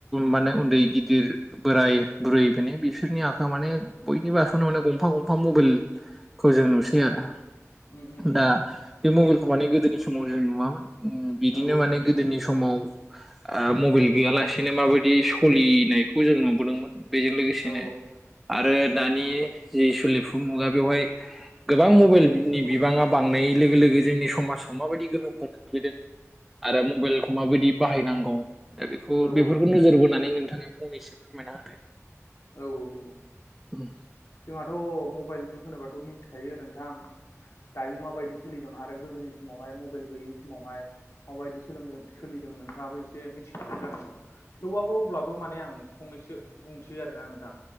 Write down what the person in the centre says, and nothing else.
माने उन्दै गिदिर बोराइ। बुरै फोरनि बिसोरनि आखाइ माने बयनिबो आखायावनो माने गंफा गंफा मबाइलखौ जों नुसै आरो।
दा बे मबेलखौ माने गोदोनि समाव जों नुवामोन उम बिदिनो
माने
गोदोनि समाव ओ मबेल गैयालासेनो माबायदि सलिनायखौ जों नुबोदोंमोन। बेजों लोगोसेनो
आरो दानि जि सलिफु मुगा बेवहाय गोबां मबेलनि
बिबाङा बांनाय लोगो लोगो जोंनि समाजाव माबायदि गोहोम खो ख्लैदों आरो मबेलखौ माबायदि बाहायनांगौ। दा बेखौ
बेफोरखौ
नोजोर बोनानै नोंथाङा फंनैसो फोरमायना होदो।
उम